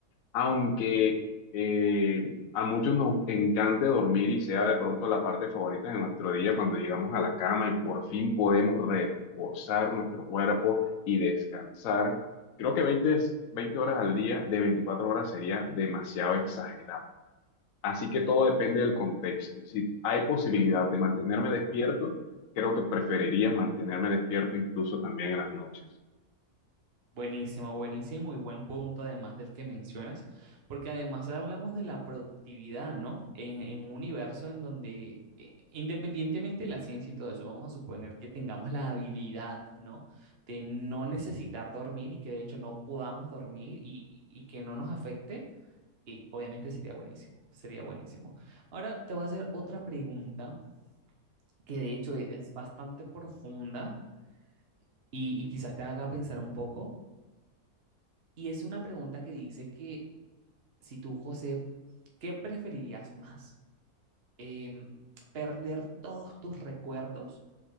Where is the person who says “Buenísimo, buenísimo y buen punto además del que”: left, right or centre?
Right